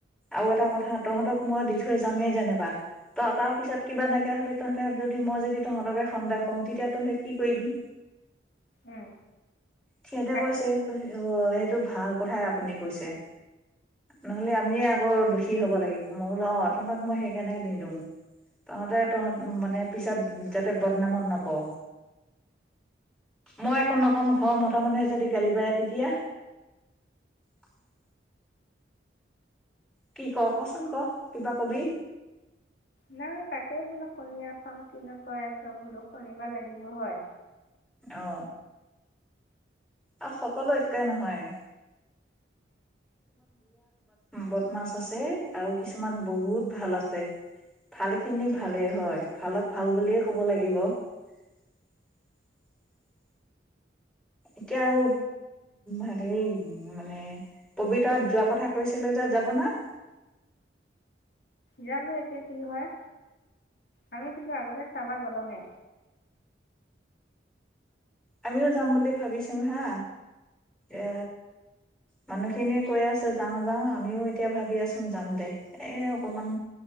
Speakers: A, in the centre; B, on the left.
A: আৰু এটা কথা তহঁতক মই দিছোঁ। থৈ যামে যেনিবা ত তাৰ পিছত কিবা নাইকিয় হ'লে, তহঁৰ যদি মই যদি তহঁতকে সন্দেহ কৰোঁ তেতিয়া। তেতিয়া তহঁতে কি কৰিবি।
B: উম
A: সিহঁতে
B: তাকে
A: কৈছে অ সেইটো ভাল। কথাই আপুনি কৈছে। নহ'লে আমিয়ে আকৌ দুখী হ'ব লাগিব। মই বোলো অ তহঁতক মই সেইকাৰণে নিদিওঁ। তহঁতে তহঁত মানে পিছত যাতে বদনামত নপৰ। মই একো নকম ঘৰৰ মতা মানুহে যদি গালি পাৰে তেতিয়া। <unintelligible> কি ক কচোন ক কিবা কবি।
B: নাই তাতে বোলো শুনি আছোঁ। কিনো কৈ আছ বোলো শুনিব লাগিব হয়।
A: অ আৰু সকলো একেই নহয়। বটমাছ আছে আৰু কিছুমান
B: উম
A: বহুত ভাল আছে। ভাল খিনি ভালে হ'য় ভালত ভাল বুলিয়ে কব লাগিব। <unintelligible> এতিয়া আৰু হেৰি মানে পবিতৰাত যোৱা কথা কৈছিলোঁ যে। যাব ন।
B: জানো এতিয়া কি হ'য়। আমি কিন্তু আগতে চাবা গলোৱে।
A: আমিও যাম বুলি ভাবিছোঁ হা এ। মানুহখিনিয়ে কৈ আছে যাওঁ যাওঁ, আমিও এতিয়া ভাবি আচো যাম দে এ অকমান।